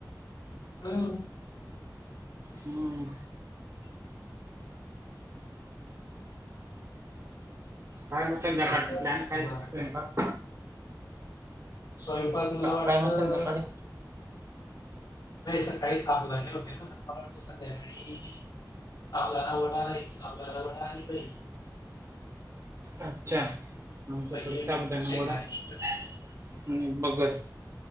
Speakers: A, on the left; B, on the right.
A: काय म?
B: हम्म. काय म? संध्याकाळच
A: ठीक आहे
B: प्लॅन
A: ती
B: काय?
A: मार्क
B: स्वयंपाक?
A: पडल. स्वयंपाक मला वाटतं.
B: काय मग संध्याकाळी
A: नाही सकाळी साबुदाने होते त्यामुळे संध्याकाळी. साबुदाणा वडा राहील साबुदाणा वडा आणि दही.
B: अच्छा आमच्याकडे
A: दही आणि
B: साबूदाना
A: शेंगदाण्याची
B: वाड. आणि
A: चटणी असं
B: बघर